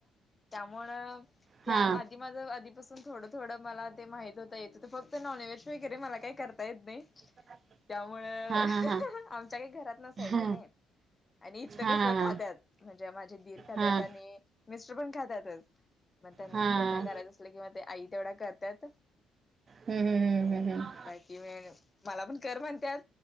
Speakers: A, on the left; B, on the right.
A: त्यामुळं त्या
B: हा
A: आधी माझं आधीपासून थोडं थोडं मला ते माहित होतं येतं, फक्त नॉनव्हेज वगैरे मला काही करता येत नाही.
B: <inaudible>
A: त्यामुळं
B: हा
A: ऽऽआमच्या
B: हा हा
A: काही घरात नसायचं
B: हा
A: नाही. आणि इथं
B: हा
A: कसं खात्यात,, म्हणजे माझे दीर खात्यात.
B: हा हा
A: आणी मिस्टर पण खात्यातच,, म त्यांना
B: हा
A: करायचं आसलं कि मग ते आई तेवढ्या करत्यात,
B: हम्म हम्म हम्म हम्म
A: बाकी मग मला पण कर म्हणत्यात,